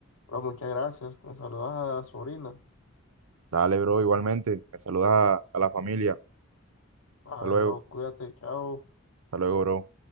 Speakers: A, on the left; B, on the right.
A: bro, muchas gracias. Me saludas a la sobrina.
B: Dale, bro, igualmente. Me saludas a, a la familia.
A: Vale,
B: Hasta luego.
A: bro, cuídate, chao.
B: Hasta luego, bro.